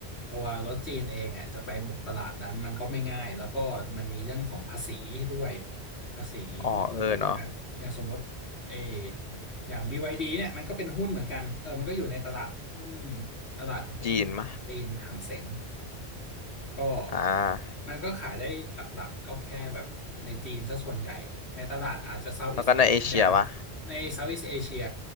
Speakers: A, on the left (about 75°); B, on the left (about 45°).
A: ตัวรถจีนเองอ่ะจะไปบุกตลาดนั้นมันก็ไม่ง่ายแล้วก็มันมีเรื่องของภาษีด้วยภาษี
B: อ๋อเออเนาะ
A: แบบอย่างสมมติ เอออย่าง BYD เนี่ยมันก็เป็นหุ้นเหมือนกันเออมันก็อยู่ในตลาดหุ้นตลาดหุ้น
B: จีนมะ
A: จีนหางเส็งก็
B: อ่า
A: มันก็ขายได้หลักๆก็แค่แบบในจีนซะส่วนใหญ่ ในตลาดอาจจะ Southeast
B: แล้วก็ในเอเชียปะ
A: Asia ใน Southeast Asia